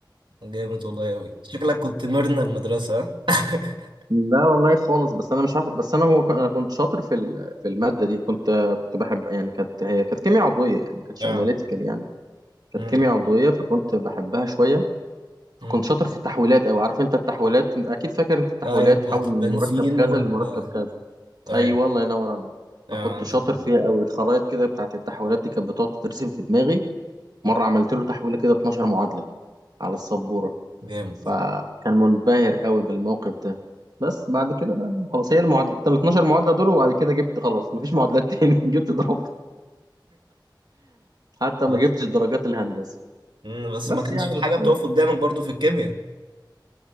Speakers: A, on the right; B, on the right.
A: جامد والله اوي شكلك كنت مرنا المدرسة ها؟ <laughs>
B: لا والله خالص بس انا مش عارف بس انا هو ك- انا كنت شاطر في ال- في الماده دي كنت كنت بحب يعني كانت هي كانت كيمياء عضويه يعني ما كانتش
A: اه
B: اناليتيكال يعني كانت
A: مم.
B: كيمياء عضويه فكنت بحبها شويه
A: مم.
B: فكنت شاطر في التحويلات او عارف انت التحويلات أنت اكيد فاكر انت التحويلات
A: ايوه بتاعت
B: تحول
A: البنزين
B: من مركب كذا
A: وال
B: لمركب كذا
A: ايوه
B: ايوه الله ينور عليك
A: اه
B: فكنت
A: انا
B: شاطر
A: كنت بحب.
B: فيها قوي الخرائط كده بتاعت التحويلات دي كانت بتقعد تترسم في دماغي مره عملت له تحويله كده 12 معادله على السبوره
A: جامد
B: فكان منبهر قوي بالموقف ده بس بعد كده بقى خلاص هي المعادله ال 12 معادله دول وبعد كده جبت خلاص مفيش معادلات تاني <laughs> جبت ضربها حتى
A: خلاص
B: ما جبتش درجات الهندسه
A: مم. بس
B: بس
A: ما كانش
B: يعني
A: في
B: بس
A: حاجة بتقف قدامك برضو في الكيمياء